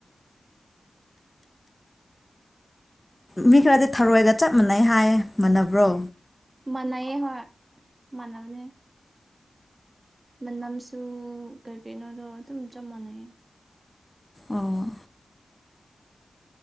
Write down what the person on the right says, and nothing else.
ꯃꯅꯥꯥꯏꯌꯦ ꯍ‌ꯣꯏ ꯃꯅꯥꯕꯅꯦ ꯃꯅꯝꯁꯨ ꯀꯩ ꯀꯩꯅꯣꯗꯣ ꯑꯗꯨꯝ ꯆꯞ ꯃꯥꯟꯅꯩ